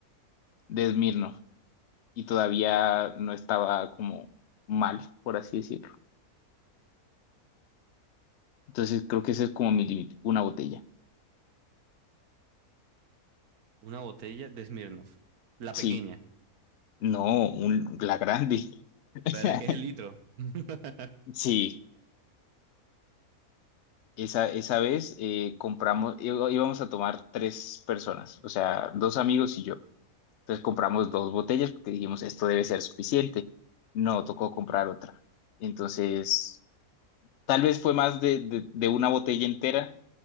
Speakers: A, on the left; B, on the right.
A: de Smirnoff y todavía no estaba como mal, por así decirlo. Entonces creo que ese es como mi límite, una botella.
B: Una botella de Smirnoff. La
A: Sí,
B: pequeña.
A: no, un- la grande. <laughs>
B: La de la que es el litro. <laughs>
A: Sí, esa, esa vez eh, compramos, í- íbamos a tomar tres personas, o sea, dos amigos y yo. Entonces compramos dos botellas porque dijimos, esto debe ser suficiente. No, tocó comprar otra. Entonces, tal vez fue más de, de de una botella entera